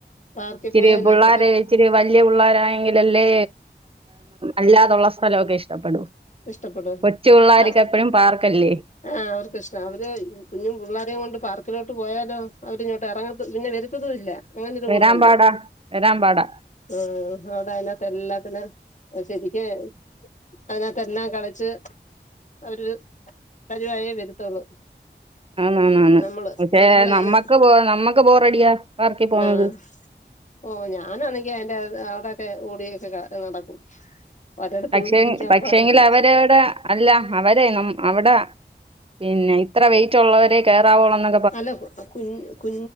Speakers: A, on the left; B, on the right.
A: പാർക്കിൽ
B: ഇതിരി
A: പോയി അതിനകത്തൊക്കെ
B: പുള്ളാരെ ഇച്ചിരി വല്യ പുള്ളോരായെങ്കിലല്ലേ അല്ലാതെ ഉള്ള സ്ഥലമൊക്കെ ഇഷ്ടപ്പെടു
A: ഇഷ്ടപ്പെടും
B: കൊച് പിള്ളാർക്ക്
A: ആഹ്
B: എപ്പഴും പാർക്കല്ലേ
A: ആഹ് അവർക്ക് ഇഷ്ടം അവര് കുഞ്ഞ പിള്ളോരെയും കൊണ്ട് പാർക്കിലോട്ട് പോയാലോ അവരിങ്ങോട്ട് ഇറങ്ങ പിന്നെ വര ത്തുല്ല അങ്ങനെരു
B: വരാൻ
A: ഗുണമുണ്ട്
B: പാടാ വരാൻ പാടാ
A: ആഹ് ടൈമൊക്കെ എല്ലാത്തിനും ശരിക്കെ അയ്നാത്തെ ല്ലാം കളിച്ച് അവര് പതിവായേ വരുത്തോളു
B: ആന്ന് ആന്ന് ആന്ന്
A: നമ്മള്
B: പക്ഷേ
A: നമ്മള്
B: നമ്മക്ക്
A: യ്യാ
B: ബോ നമ്മക്ക് ബോറടിയാ പാർക്കി പോകുന്നത്
A: ആഹ് ഓഹ് ഞാനാണെങ്കി അയിന്റെ അവിടെക്കെ ഓടിക്കെ നടക്കും ഒരിടത്ത്
B: പക്ഷെ
A: ഇരിക്കാൻ
B: പക്ഷെങ്കിൽ
A: പാടില്ലേ
B: അവരോടെ അല്ല അവരെ ന അവിടെ പിന്നെ ഇത്ര വെയിറ്റ് ഉള്ളവരെ കെയറാവുള്ളന്ന്
A: അല്ല കു കു